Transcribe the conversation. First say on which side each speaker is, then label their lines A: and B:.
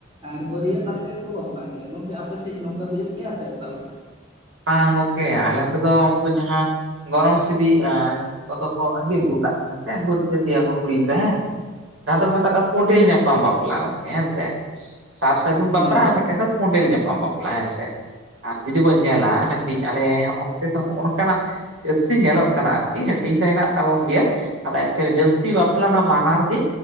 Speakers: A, on the right; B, on the right.
A: ᱟᱨ ᱵᱟᱹᱨᱭᱟᱹᱛ ᱟᱛᱮ ᱠᱚ ᱵᱟᱯᱞᱟᱜ ᱜᱮᱭᱟ ᱜᱚᱝᱠᱮ ᱟᱯᱮᱥᱮᱫ ᱱᱚᱝᱠᱟ ᱦᱩᱭᱩᱜ ᱜᱮᱭᱟ ᱥᱮ ᱚᱠᱟ ᱞᱮᱠ
B: ᱵᱟᱝ ᱜᱚᱝᱠᱮ ᱟᱞᱮ ᱛᱮᱫᱚ ᱩᱱᱠᱩ ᱡᱟᱦᱟᱸ, ᱜᱚᱱᱚᱝ ᱥᱤᱫᱤ ᱡᱟᱦᱟᱸ ᱠᱚᱫᱚ ᱠᱚ ᱟᱸᱜᱤᱨ ᱟᱹᱜᱩ ᱠᱟᱜ ᱠᱟᱱᱟ ᱦᱮᱸᱥᱮ <unintelligible> ᱠᱚ ᱠᱩᱲᱤ ᱜᱤᱫᱽᱨᱟᱹ ᱦᱮᱸ ᱡᱟᱦᱟᱸ ᱫᱚᱠᱚ ᱢᱮᱛᱟᱜ ᱠᱚᱸᱰᱮᱞ ᱧᱟᱯᱟᱢ ᱵᱟᱯᱞᱟ ᱜᱚᱝᱠᱮ ᱦᱮᱸ ᱥᱮ, ᱥᱟᱨ ᱥᱟᱹᱜᱩᱱ ᱵᱟᱯᱲᱟ
A: ᱦᱮᱸ ᱜᱚᱢᱠᱮ
B: ᱟᱨ ᱢᱤᱫᱴᱮᱱ ᱠᱚᱸᱰᱮᱞ ᱧᱟᱯᱟᱢ ᱵᱟᱯᱞᱟ ᱦᱮᱸᱥᱮ ᱟᱨ ᱡᱩ ᱧᱮᱞᱟ ᱦᱟᱹᱴᱤᱧ ᱟᱞᱮ ᱦᱚᱸ ᱱᱚᱱᱛᱮ ᱫᱚ ᱚᱱᱠᱟᱱᱟᱜ, ᱡᱟᱹᱥᱛᱤ ᱧᱮᱞᱚᱜ ᱠᱟᱱᱟ ᱟᱨᱠᱤ ᱦᱟᱹᱴᱤᱧ ᱫᱚ ᱦᱮᱱᱟᱜ ᱛᱟᱵᱚᱱ ᱜᱮᱭᱟ ᱾ ᱟᱫᱚ ᱮᱱᱛᱮ ᱡᱟᱹᱥᱛᱤ ᱵᱟᱯᱞᱟ ᱫᱚ ᱵᱟᱱᱟᱨ ᱜᱮ